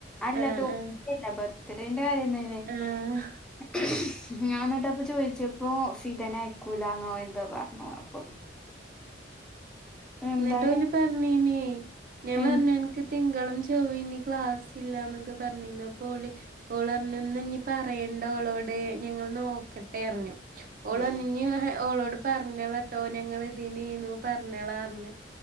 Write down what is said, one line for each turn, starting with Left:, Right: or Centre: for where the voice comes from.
Centre: അല്ല
Right: ആഹ്
Centre: തൂക്കില്ല
Right: ആഹ്
Centre: ബർത്തിടെ കയന്നെ
Right: ആഹ്
Centre: <unintelligible> ഞാ എന്നിട്ടപ്പൊ ചോദിച്ചപ്പോൊഫിതന ആക്കൂലാന്നോ എന്തൊ പറഞ്ഞു അപ്പൊ എന്തായാലും
Right: എന്നിട്ട്ലി പറഞ്ഞനേ ഞാൻ
Centre: എന്ത്
Right: പറഞ്ഞ അനക്ക് തിങ്കളും ചൊവ്വ ഇനി ക്ലാസ് ഇല്ലന്നൊക്കെ പറഞ്ഞിന്നപ്പം ഓള ഓൾപറഞ്ഞി ഓളോട് ഞങ്ങളന്ന് നോക്കട്ടെ അറിഞ്ഞു ഓൾറിഞ്
Centre: ഉം
Right: ഓളോട് പറഞ്ഞളട്ടോ ഞങ്ങ ഇതിനന്ന്നു പറഞ്ഞോളാ പറഞ്ഞഞ്